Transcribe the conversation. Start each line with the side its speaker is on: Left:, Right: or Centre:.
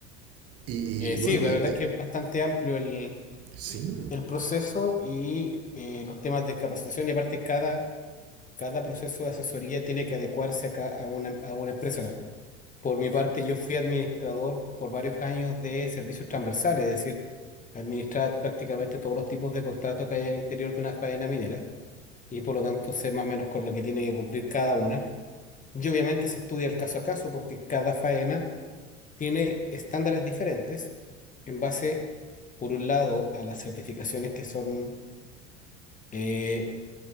Right: Y,
Left: Eh,
Right: y bueno,
Left: sí, la
Right: eh,
Left: verdad
Right: eh,
Left: es que es bastante amplio el,
Right: sí,
Left: el proceso y eh, los temas de capacitación y aparte cada, cada proceso de asesoría tiene que adecuarse acá a una, a una empresa. Por mi parte, yo fui administrador por varios años de servicios transversales, es decir, administrar prácticamente todos los tipos de contratos que hay al interior de una faena minera y por lo tanto sé más o menos con lo que tiene que cumplir cada una. Y obviamente se estudia el caso a caso porque cada faena tiene estándares diferentes en base, por un lado, a las certificaciones que son eh,